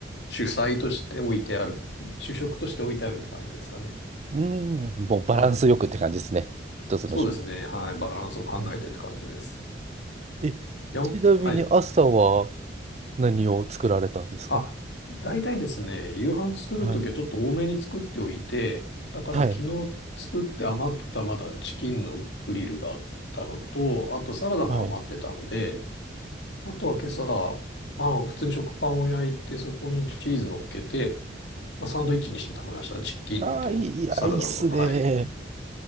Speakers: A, on the left (about 70°); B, on the right (about 35°).
A: 主菜として置いてある、主食として置いてあるって感じですかね。
B: うん、もうバランスよくって感じですね。
A: はい。
B: 一つの食事。
A: そうですね。はい。バランスを考えてって感じです。
B: えええ、
A: いや、
B: ちなみに朝は
A: はい。
B: 何を作られたんですか
A: あ、大体ですね、夕飯作るときはちょっと多めに作っておいて、
B: はい。
A: だから昨日作って余ったまだチキンのグリルがあったのと、
B: はい。
A: あとサラダも余ってたんで、
B: はい。
A: あとは今朝、パン、普通に食パンを焼いて、そこにチーズ乗っけて、まあ、サンドイッチにして食べました。チキンとサラダのその、
B: ああ、いい、いあいいっすね。
A: はい。